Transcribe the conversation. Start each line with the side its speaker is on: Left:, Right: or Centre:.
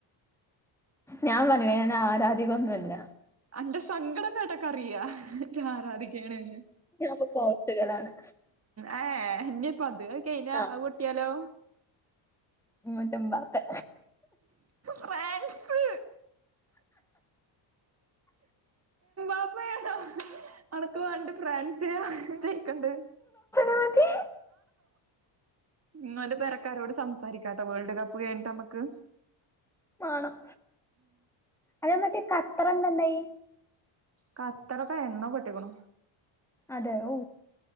Centre: ഞാൻ പറഞ്ഞിലെ ഞാൻ ആരാധികൊന്നുമല്ല.
Right: ആന്റെ സങ്കടം കണ്ട് അറിയാ ഇജ്ജ് ആരാധിക്കണന്ന്.
Centre: ഞാനിപ്പോ പോർച്ചുഗലാണ്
Right: ആ ഇഞ്ഞിപ്പോ അത്, അത് കയിഞ്ഞ
Centre: ആ
Right: പൊട്ടിയാലോ?
Centre: മൂറ്റൊമ്പാത്ത്.
Right: ഫ്രാൻസ് പ്പ <unintelligible> അനക്ക് വണ്ട് ഫ്രാൻസിനെ ജയിക്കേണ്ടത്.
Centre: മതി.
Right: ഇങ്ങെളേടെ പേരക്കാരോട് സംസാരിക്കാട്ട വേൾഡ് കപ്പ് കഴഞ്ഞിട്ട് നമക്ക്.
Centre: മാണം അതേ മറ്റേ ഖത്തർ എന്താണ്ടായി.
Right: കത്തറൊക്കെ എന്നോ പോട്ടികുണു.
Centre: അതെ ഓ